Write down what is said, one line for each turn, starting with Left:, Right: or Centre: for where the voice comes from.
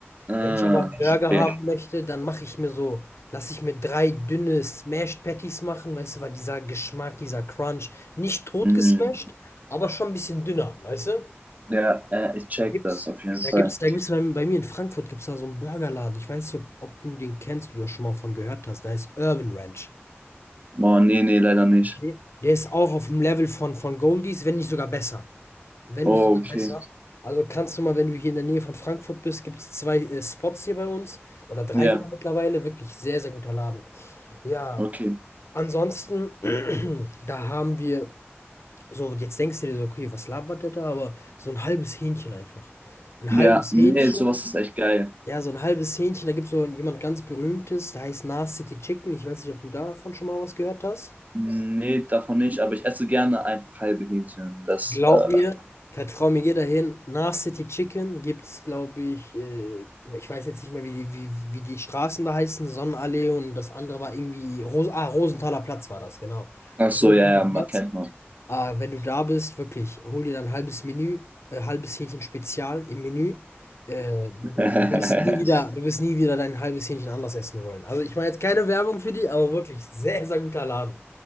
Right: Ah,
Left: Wenn ich aber 'n Burger
Right: okay.
Left: haben möchte, dann mache ich mir so lasse ich mir 3 dünne Smashed Patties machen, weißt du, weil dieser Geschmack, dieser Crunch, nicht tot
Right: Mhm.
Left: gesmashed, aber schon ein bisschen dünner, weißt du?
Right: Ja, äh, ich check
Left: Da gibt's
Right: das auf jeden
Left: da
Right: Fall.
Left: gibt's da gibt's bei bei mir in Frankfurt gibt's da so einen Burgerladen. Ich weiß nicht, ob ob du den kennst oder schon mal von gehört hast. Da ist Urban Ranch.
Right: Oh, nee, nee, leider nicht.
Left: Okay? Der ist auch auf dem Level von von Goldies, wenn nicht sogar besser. Wenn
Right: Oh,
Left: nicht sogar
Right: okay.
Left: besser. Also kannst du mal, wenn du hier in der Nähe von Frankfurt bist, gibt es zwei äh, Spots hier bei uns oder drei
Right: Ja,
Left: sogar mittlerweile. Wirklich sehr, sehr guter Laden. Ja,
Right: okay.
Left: ansonsten, <clears throat> da haben wir so, jetzt denkst du dir so, okay, was labert der da? Aber so ein halbes Hähnchen einfach. Ein
Right: Ja,
Left: halbes
Right: nee,
Left: Hähnchen.
Right: sowas ist echt geil.
Left: Ja, so ein halbes Hähnchen. Da gibt es so jemand ganz Berühmtes, der heißt Nas City Chicken. Ich weiß nicht, ob du davon schon mal was gehört hast.
Right: Nee, davon nicht, aber ich esse gerne einfach halbe Hähnchen. Das,
Left: Glaub
Right: äh,
Left: mir, vertrau mir, geh dahin. Nach City Chicken gibt's, glaube ich, äh, ich weiß jetzt nicht mehr, wie die, wie, wie die Straßen da heißen, Sonnenallee und das andere war irgendwie, Ros ah, Rosenthaler Platz war das, genau.
Right: ach so,
Left: Rosenthaler
Right: ja, ja, man
Left: Platz.
Right: kennt man.
Left: Ah, wenn du da bist, wirklich, hol dir dann ein halbes Menü, äh, halbes Hähnchen Spezial im Menü. Äh, du,
Right: <laughs>
Left: du wirst nie wieder, du wirst nie wieder dein halbes Hähnchen anders essen wollen. Also ich mache jetzt keine Werbung für die, aber wirklich sehr, sehr guter Laden.